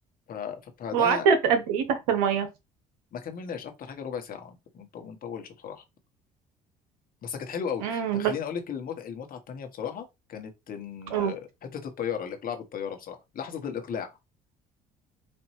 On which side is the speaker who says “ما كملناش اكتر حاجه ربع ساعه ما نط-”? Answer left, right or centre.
Left